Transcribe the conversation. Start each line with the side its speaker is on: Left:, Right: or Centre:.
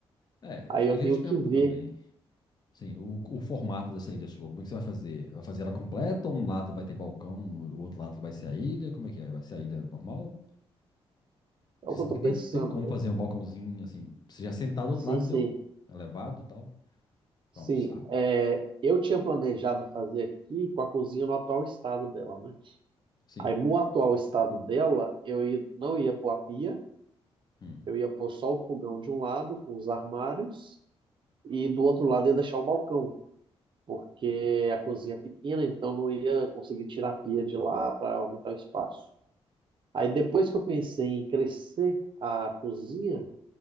Left: É,
Right: Aí
Left: eu
Right: eu
Left: ia
Right: tenho
Left: te perguntar
Right: que ver.
Left: também. Sim, o, o formato dessa ilha sua, como é que você vai fazer? Vai fazer ela completa? Ou Um lado vai ter balcão, o outro lado que vai ser a ilha? Como é que é? Vai ser a ilha normal?
Right: É
Left: Você
Right: o que
Left: sabe
Right: eu tô
Left: que
Right: pensando.
Left: daí tem como fazer um balcãozinho assim, você já sentado do outro
Right: Sim,
Left: lado,
Right: sim.
Left: entendeu? Elevado e tal, pra
Right: Sim,
Left: almoçar.
Right: é, eu tinha planejado fazer aqui com a cozinha no atual estado dela, né?
Left: Sim,
Right: Aí no atual estado dela, eu ia- não ia pôr a pia,
Left: hum,
Right: eu ia pôr só o fogão de um lado, com os armários, e do outro lado ia deixar o balcão, porque a cozinha é pequena, então não ia conseguir tirar a pia de lá para aumentar o espaço. Aí depois que eu pensei em crescer a cozinha,